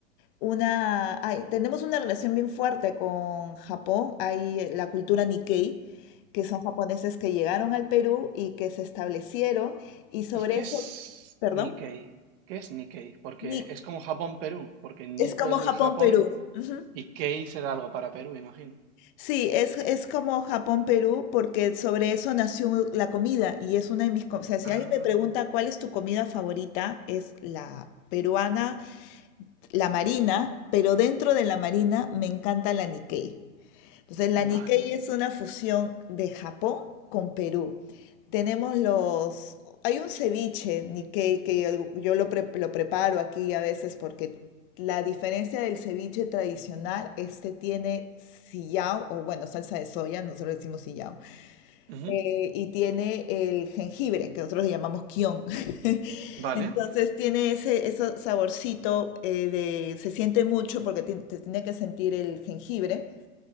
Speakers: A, on the left; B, on the right.
A: una, hay- tenemos una relación bien fuerte con Japón. Hay eh, la cultura Nikkei, que son japoneses que llegaron al Perú y que se establecieron. Y sobre
B: ¿Y qué
A: eso,
B: es
A: perdón,
B: Nikkei? ¿Qué es Nikkei? Porque
A: Ni-
B: es como Japón-Perú, porque Ni
A: es
B: puede
A: como
B: ser
A: Japón-Perú.
B: Japón
A: Ujú.
B: y Kei será algo para Perú, imagino.
A: Sí, es, es como Japón-Perú porque sobre eso nació la comida y es una de mis... co- O sea, si
B: Ah,
A: alguien me pregunta cuál es tu comida favorita, es la peruana, la marina, pero dentro de la marina me encanta la Nikkei. Entonces, la
B: vale.
A: Nikkei es una fusión de Japón con Perú. Tenemos los... Hay un ceviche Nikkei que yo, yo lo, pre- lo preparo aquí a veces porque la diferencia del ceviche tradicional, este tiene sillao, o bueno, salsa de soya, nosotros decimos sillao,
B: ujú,
A: eh, y tiene el jengibre, que nosotros le llamamos kion. <laughs>
B: Vale.
A: Entonces tiene ese, ese saborcito eh, de, se siente mucho porque ti- te tiene que sentir el jengibre.